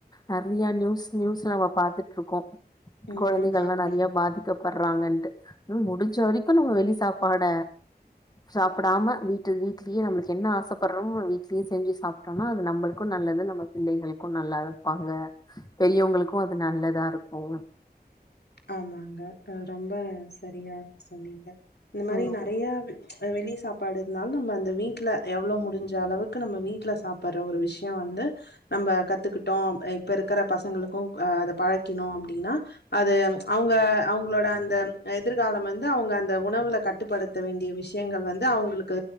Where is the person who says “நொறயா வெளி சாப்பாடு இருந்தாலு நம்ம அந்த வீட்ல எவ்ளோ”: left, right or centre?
Left